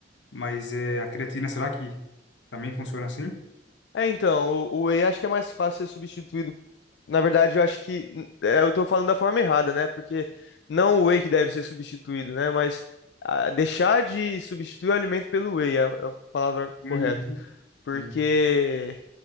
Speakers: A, on the left; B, on the left.
A: Mas é, a creatina, será que também funciona assim?
B: É, então, o, o whey acho que é mais fácil ser substituído Na verdade, eu acho que é, eu tô falando da forma errada, né? Porque não o whey que deve ser substituído, né? Mas ah, deixar de substituir o alimento pelo whey é a a palavra correta.
A: Uhum,
B: Porque,
A: sim.